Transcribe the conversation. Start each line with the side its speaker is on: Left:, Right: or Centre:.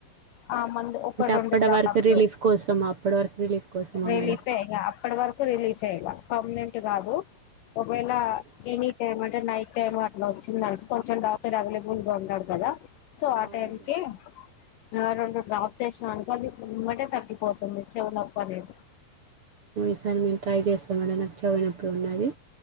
Left: ఆ మంది ఒకటి రెండు
Right: అప్పటి
Left: డ్రాప్స్
Right: వరకు రిలీఫ్ కోసమా అప్పటి వరకు రిలీఫ్ కోసమా
Left: రిలీఫె
Right: మేడం
Left: ఇగ అక్కటి వరకు రిలీఫె ఇగ పర్మినెంట్ టి గాదు ఒకవేళ ఎనీ టైమ్ అంటే నైట్ టైమ్ అట్లా వచ్చిందను కొంచెం డాక్టర్ అవైలబుల్ గా ఉన్నాడు కదా సో ఆ
Right: అవును
Left: టైంకి
Right: మేడం
Left: ర రెండు డ్రాప్స్ చేసామనుకో అది ఎమ్మటే తగ్గిపోతుంది చెవి నొప్పి అనేది
Right: మూవీస్ అన్ని ట్రై చేస్తాం మేడం నాకు చెవి నొప్పి ఉన్నది